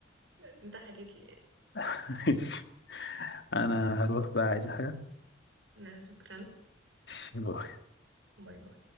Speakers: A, on the right; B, on the left.
A: <laughs> انت حكيت لي يعني
B: <laughs> انا هروح بقى عايز حاجه
A: لا شكرا
B: <laughs>
A: باي باي